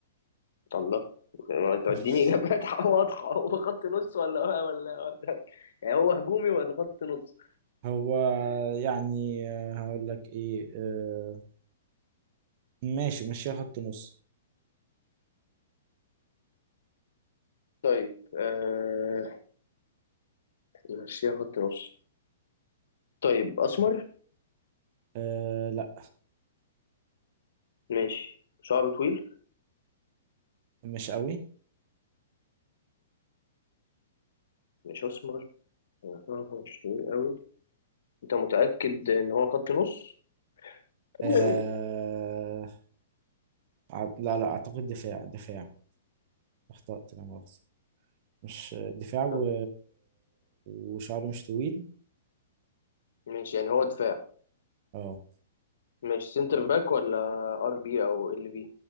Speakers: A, on the left (about 70°); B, on the right (about 50°).
A: الله ما توديني
B: <laughs>
A: اجابات <laughs> واضحه هو خط نص ولا ولا ولا يعني هو هجومي ولا خط نص
B: هو يعني آه، هقول لك ايه آه، ماشي ماشي خط نص
A: طيب آه... نمشيها خط نص طيب اسمر
B: آه لا
A: ماشي شعره طويل
B: مش قوي
A: مش اسمر هو شعره مش طويل قوي انت متاكد ان هو خط نص
B: آه
A: <laughs>
B: ع- لا لا اعتقد دفاع دفاع اخطأت لا مؤاخذة مش دفاع و...
A: طيب
B: وشعره مش طويل
A: ماشي يعني هو دفاع
B: اه
A: ماشي سنتر باك ولا ار بي او ال بي